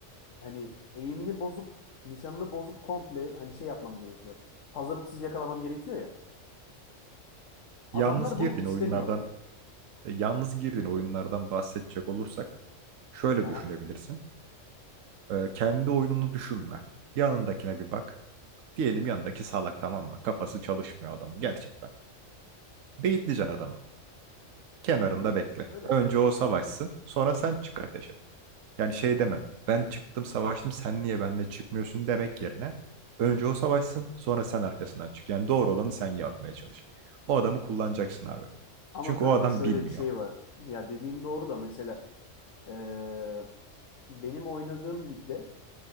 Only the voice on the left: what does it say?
hani eğimini bozup nişanını bozup komple hani şey yapmam gerekiyor. Hazırlıksız yakalamam gerekiyor ya. Adamlar
bunu istemiyorlar.
Aha,
dediğin.
Öyle.
Öyle.
Ama
kanka
şöyle
bir şey var. Ya dediğin doğru da mesela eee, benim oynadığım ligde